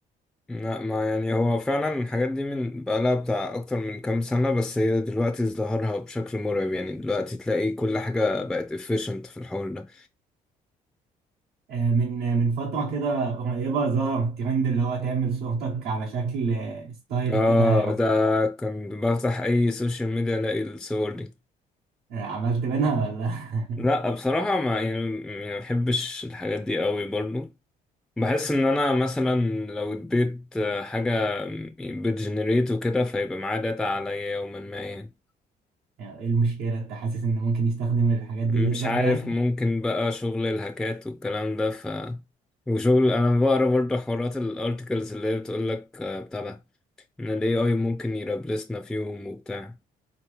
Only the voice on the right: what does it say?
آه، من آه، من فترة كده قريبة ظهر ترند اللي هو تعمل صورتك على شكل آه، ستايل
كده مثلا.
آه، عملت منها ولا <laughs>
يعني ايه المشكلة انت حاسس ان ممكن يستخدم الحاجات دي
ضدك
يعني